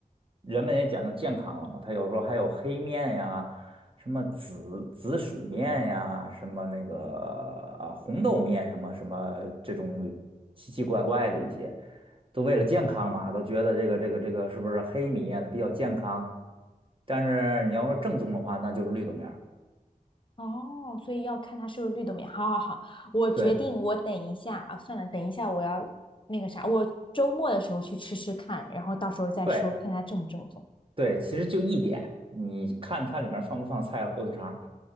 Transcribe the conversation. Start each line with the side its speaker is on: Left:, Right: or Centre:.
Right: 人们也讲究健康了嘛，它有时候还有黑面呀，什么紫紫薯面呀，什么那个啊红豆面什么什么这种奇奇怪怪的一些，都为了健康嘛，都觉得这个这个这个是不是黑米呀，它比较健康，但是你要说正宗的话，那就是绿豆面儿
Left: 哦，所以要看它不是绿豆面。好好好，我决定，
Right: 对
Left: 我等一下啊，算了，等一下我要那个啥，我周末的时候去吃吃看，然后到时候再说，
Right: 对。
Left: 看它正不正宗。
Right: 对，其实就一点，你看它里面放不放菜、火腿肠儿